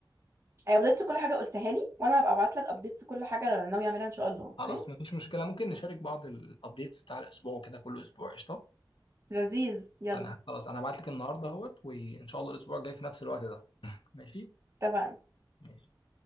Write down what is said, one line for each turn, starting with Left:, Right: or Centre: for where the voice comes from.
Right: ابديتس كل حاجه قلتها لي وانا هبقى ابعت لك ابديتس كل حاجه ناوي اعملها ان شاء الله اوكي
Left: خلاص مفيش مشكلة ممكن نشارك بعض الابديتس بتاع الاسبوع وكده كل اسبوع قشطة
Right: لذيذ يلا
Left: انا خلاص انا هبعت لك النهاردة اهوت وان شاء الله الاسبوع الجاي في نفس الوقت ده ماشي
Right: اتفقنا
Left: ماشي